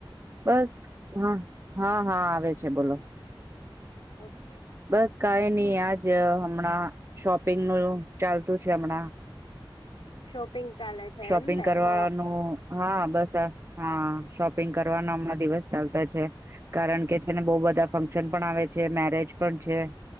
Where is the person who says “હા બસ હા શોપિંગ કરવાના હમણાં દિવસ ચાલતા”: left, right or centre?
Right